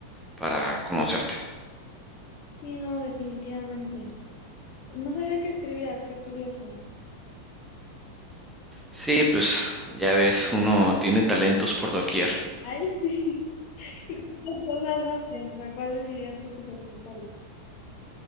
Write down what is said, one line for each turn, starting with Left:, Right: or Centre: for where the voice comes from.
Centre: para conocerte.
Left: Sí, no, definitivamente. No sabía que escribías, qué curioso.
Centre: Sí, pues ya ves, uno tiene talentos por doquier.
Left: Ay, <laughs> sí. ¿Y cuántas cosas haces? O sea, ¿cuáles dirías tú que son tus hobbies?